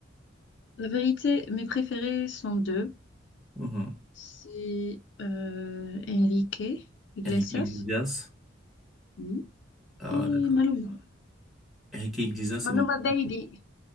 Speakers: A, on the left; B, in the centre.
A: La vérité, mes préférés sont deux.
B: Mhm.
A: C'est euh, Enrique Iglesias,
B: Enrique Iglesias.
A: oui,
B: Ah,
A: et
B: d'accord.
A: Maluma.
B: Enrique Iglesias, c'est
A: Maluma
B: Maluma.
A: Bailey.